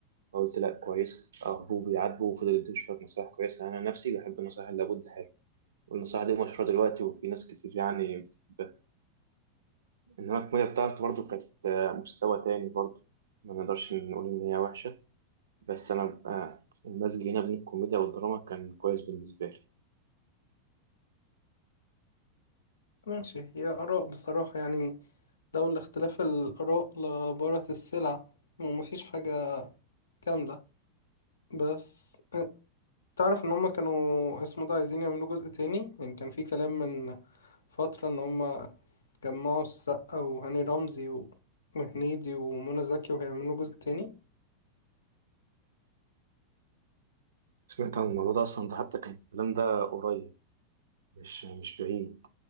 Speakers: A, on the right; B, on the left.
A: فقلت لا كويسة أخبوه بيعاتبه وفضل يديه شوية نصايح كويسة أنا نفسي بحب النصايح اللي لابد ها والنصيحة دي مشهورة دلوقتي وفي ناس كتير يعني بتحبها إنما الكوميديا بتاعته برضه كانت آه، مستوى تاني برضه ما نقدرش نقول إن هي وحشة بس أنا آه، المزج هنا بين الكوميديا والدراما كان كويس بالنسبة لي
B: ماشي هي آراء بصراحة يعني لولا اختلاف الآراء لبارت السلع ومفيش حاجة كاملة بس أه، تعرف إن هما كانوا اسمه ده عايزين يعملوا جزء تاني يعني كان في كلام من فترة إن هما جمعوا السقا وهاني رمزي و- وهنيدي ومنى زكي وهيعملوا جزء تاني
A: سمعت عن الموضوع ده أصلا ده حتى كان الكلام ده قريب مش مش بعيد